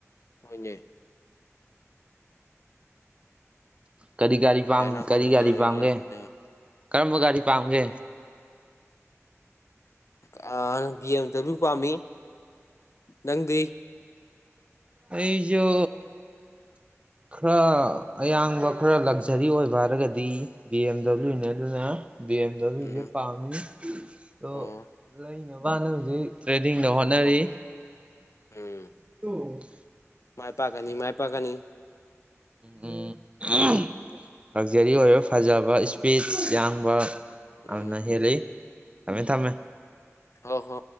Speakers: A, on the left; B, on the right.
A: ꯍꯣꯏꯅꯦ
B: ꯀꯔꯤ ꯒꯥꯔꯤ ꯄꯝ
A: ꯗꯥꯏꯅꯥ ꯁꯥꯟꯅ
B: ꯀꯔꯤ ꯒꯥꯔꯤ
A: ꯂꯣꯏꯔꯒ
B: ꯄꯥꯝꯒꯦ
A: ꯂꯣꯏꯔꯝꯅꯦꯕ
B: ꯀꯔꯝꯕ ꯒꯥꯔꯤ ꯄꯥꯝꯒꯦ
A: ꯒ ꯑꯝ ꯕꯤ ꯑꯦꯝ ꯗꯕꯜꯌꯨ ꯄꯥꯝꯃꯤ ꯅꯪꯗꯤ
B: ꯑꯩꯖꯨ ꯈꯔ ꯑꯌꯥꯡꯕ ꯈꯔ ꯂꯛꯖꯔꯤ ꯑꯣꯏꯕ ꯍꯥꯏꯔꯒꯗꯤ ꯕꯤ ꯑꯦꯝ ꯗꯕ꯭ꯂꯤꯎꯅꯦ ꯑꯗꯨꯅ ꯕꯤ ꯑꯦꯝ ꯗꯕ꯭ꯂꯤꯎꯖꯦ
A: ꯎꯝ
B: ꯄꯥꯝꯃꯤ ꯑꯗꯣ
A: ꯑꯣ
B: ꯂꯩꯅꯕꯅ ꯍꯧꯖꯤꯛ ꯇ꯭ꯔꯦꯗꯤꯡꯗ ꯍꯣꯠꯅꯔꯤ
A: ꯎꯝ
B: <inaudible>
A: ꯃꯥꯏ ꯄꯥꯛꯀꯅꯤ ꯃꯥꯏ ꯄꯥꯛꯀꯅꯤ
B: ꯎꯝ ꯎꯝ <unintelligible> ꯂꯛꯖꯔꯤ ꯑꯣꯏꯕ ꯐꯖꯕ ꯏꯁꯄꯤꯠꯁ ꯌꯥꯡꯕ
A: ꯎꯝ
B: ꯌꯥꯝꯅ ꯍꯦꯜꯂꯤ ꯊꯃꯦ ꯊꯃꯦ
A: ꯍꯣꯍꯣ